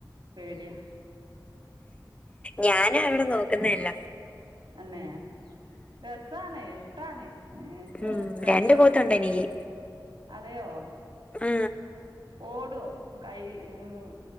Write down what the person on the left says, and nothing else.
ഞാന അവിടെ നോക്കുന്നല്ല
ഉം
രണ്ട് പോത്തുണ്ട്
എനിക്ക്
ആ